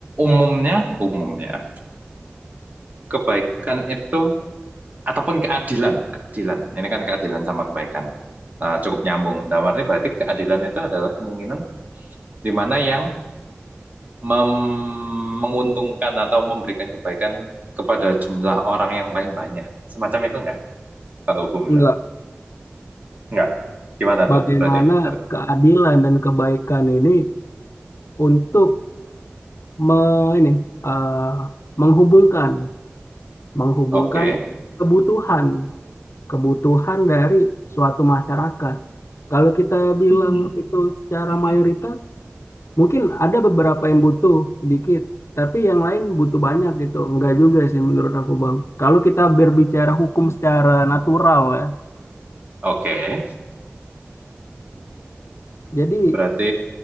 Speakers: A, on the right (about 35°); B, on the left (about 75°).
A: umumnya, umumnya. Kebaikan itu ataupun keadilan, keadilan. Ini kan keadilan sama kebaikan. Eh, cukup nyambung. Dalam arti berarti keadilan itu adalah kemungkinan di mana yang mem- menguntungkan atau memberikan kebaikan kepada jumlah orang yang paling banyak. Semacam itu enggak? Kalau hukum
B: enggak
A: itu? Enggak. Gimana tuh
B: bagaimana
A: berarti? Harus-
B: keadilan dan kebaikan ini untuk me- ini eh, menghubungkan menghubungkan
A: Oke.
B: kebutuhan kebutuhan dari suatu masyarakat kalau kita bilang
A: Mm-mm.
B: itu secara
A: Mm-mm.
B: mayoritas Mungkin ada beberapa yang butuh sedikit, tapi yang lain butuh banyak gitu. Enggak juga sih menurut aku, Bang. Kalau kita berbicara hukum secara natural ya,
A: Oke.
B: jadi
A: Berarti